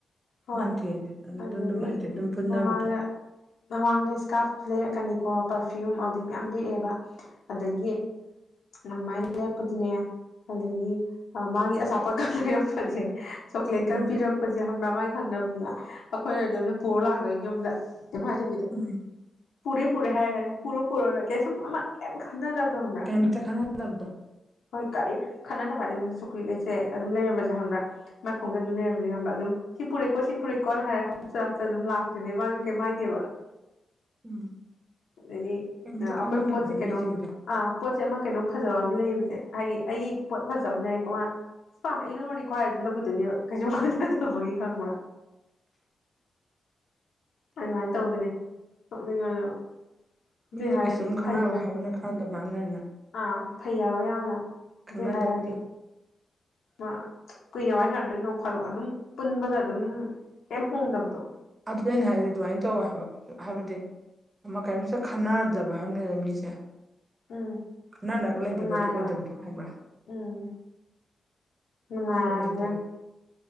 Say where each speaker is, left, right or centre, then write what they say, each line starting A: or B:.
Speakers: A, on the left; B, on the right.
A: ꯍꯣꯏ
B: ꯅꯍꯥꯟ ꯊꯦꯡꯅꯩ ꯑꯗꯨꯗ
A: ꯑꯗꯒꯤ
B: ꯑꯗꯨꯝ ꯍꯥꯏꯗꯤ ꯑꯗꯨꯝ ꯄꯨꯟꯅꯕꯗꯣ
A: ꯃꯃꯥꯡꯗ ꯃꯃꯥꯡꯗ ꯏ꯭ꯁꯀ꯭ꯔꯥꯐ ꯂꯩꯔꯛꯀꯅꯤꯀꯣ ꯄꯥꯔꯐ꯭ꯌꯨꯝ ꯑꯗꯩ ꯃꯌꯥꯝ ꯂꯩꯔꯑꯦꯕ ꯑꯗꯒꯤ ꯃꯥꯏ ꯃꯥꯏꯅ ꯂꯦꯞꯄꯗꯤ ꯃꯌꯥꯝ ꯑꯗꯒꯤ ꯃꯥꯒꯤ ꯑꯆꯥꯄꯣꯠꯀ ꯄꯤꯔꯛꯄꯁꯦ ꯆꯣꯛꯀ꯭ꯂꯦꯠꯀ
B: ꯎꯝ
A: ꯄꯤꯔꯛꯄꯁꯦ ꯈꯝꯕ꯭ꯔꯃꯥꯏ ꯈꯪꯉꯕꯗꯨꯅ ꯑꯩꯈꯣꯏꯅ ꯑꯗꯨꯝꯅ ꯄꯨꯔ ꯂꯥꯛꯇꯣꯏꯅꯦ ꯌꯨꯝꯗ ꯏꯃꯥꯟꯅꯕꯤꯗꯨ
B: ꯎꯝ
A: ꯄꯨꯔꯦ ꯄꯨꯔꯦ ꯍꯥꯏꯔꯒꯅ ꯄꯨꯔꯣ ꯄꯨꯔꯣ ꯀꯩꯁꯨꯝ ꯑꯃ ꯀꯩꯝ ꯈꯟꯅꯗꯕꯗꯣ ꯈꯪꯕ꯭ꯔ
B: ꯀꯩꯝꯇ ꯈꯟꯅꯗꯕꯗꯣ
A: ꯍꯣꯏ ꯀꯔꯤ ꯈꯟꯅꯗꯕ ꯍꯥꯏ ꯆꯣꯛꯂꯦꯠꯁꯦ ꯑꯗꯨꯝ ꯂꯩꯔꯝꯕꯁꯦ ꯈꯪꯕ꯭ꯔꯥ ꯃꯥꯏꯐꯃꯨꯡꯗ ꯑꯗꯨꯝ ꯂꯩꯔꯝꯕꯁꯦ ꯈꯡꯕ꯭ꯔꯥ ꯑꯗꯨꯝ ꯁꯤ ꯄꯨꯔꯦꯀꯣ ꯁꯤ ꯄꯨꯔꯦꯀꯣ ꯍꯥꯏ ꯍꯥꯞꯆꯤꯜ ꯍꯥꯞꯆꯤꯜ ꯑꯗꯨꯝ ꯂꯥꯛꯇꯣꯏꯅꯦꯕ ꯃꯥꯁꯨ ꯀꯩꯝ ꯍꯥꯏꯗꯦꯕ
B: ꯎꯝ
A: ꯑꯗꯒꯤ
B: ꯀꯩꯝꯇ
A: ꯑ
B: ꯈꯟꯅꯗꯕꯗꯣ
A: ꯑꯩꯈꯣꯏ ꯄꯣꯠꯁꯦ ꯀꯩꯅꯣꯝ
B: ꯃꯤꯁꯤꯡꯗꯣ
A: ꯑ ꯄꯣꯠꯁꯦ ꯑꯃ ꯀꯩꯅꯣꯝ ꯐꯖꯕ ꯑꯃ ꯂꯩꯕꯁꯦ ꯍꯥꯏꯗꯤ ꯑꯩꯒꯤ ꯄꯣꯠ ꯐꯖꯕ ꯑꯃ ꯂꯩ ꯀꯣ ꯃ ꯁꯤ ꯄꯥꯝꯃꯦ ꯑꯩ ꯂꯧꯔꯅꯤꯀꯣ ꯍꯥꯏꯔꯗꯤ ꯑꯗꯨꯝ ꯂꯧꯒꯤꯗꯣꯏꯅꯦꯕ ꯀꯩꯁꯨꯝ ꯈꯟꯅꯗꯕꯒꯤ ꯈꯪꯕ꯭ꯔꯥ ꯑꯗꯨꯃꯥꯏꯅ ꯇꯧꯗꯣꯏꯅꯦ ꯅꯣꯛꯅꯤꯡꯉꯗꯕ ꯑꯗꯨꯏ
B: ꯃꯤꯁꯦ
A: ꯍꯥꯏꯔꯗꯤ
B: ꯀꯩꯁꯨꯝ ꯈꯟꯅꯕ
A: ꯐꯩꯗ
B: ꯍꯥꯏꯕ ꯑꯃꯅ ꯈꯟꯅꯗꯕ ꯍꯥꯏꯕ ꯑꯃꯅ
A: ꯑꯥ ꯐꯩ ꯍꯥꯏꯕ ꯌꯥꯝꯅ
B: ꯈꯟꯅꯗꯕꯗꯣ
A: ꯑꯗꯨꯏ ꯍꯥꯏꯔꯗꯤ ꯃꯥ ꯀꯨꯏꯅ ꯋꯥꯔꯤ ꯁꯥꯟꯅꯗ꯭ꯔꯁꯨ ꯅꯣꯡ ꯐꯥꯗꯣꯛ ꯑꯗꯨꯝ ꯄꯨꯟꯕꯗ ꯑꯗꯨꯝ ꯀꯩꯝ ꯍꯣꯡꯗꯕꯗꯣ
B: ꯑꯗꯨ ꯑꯩꯅ ꯍꯥꯏꯗꯤ ꯑꯗꯨꯃꯥꯏꯅ ꯇꯧ ꯍꯥꯏꯕ ꯑꯩꯈꯣꯏꯁꯨ ꯍꯥꯏꯕꯗꯤ ꯑꯃ ꯀꯔꯤꯝꯇ ꯈꯟꯅꯗꯕ ꯍꯥꯏꯕ ꯂꯩꯗꯅ ꯃꯤꯁꯦ
A: ꯎꯝ
B: ꯅꯛꯅꯒ ꯂꯩꯕꯗꯨ
A: ꯅꯨꯡꯉꯥꯏ
B: ꯑꯗꯨ ꯑꯣꯏꯗꯕꯗꯣ
A: ꯍꯥꯏꯕ
B: ꯈꯪꯕ꯭ꯔꯥ
A: ꯎꯝ ꯅꯨꯡꯉꯥꯏ
B: ꯑꯗꯨ ꯑꯣꯏꯗꯦꯕ
A: <unintelligible>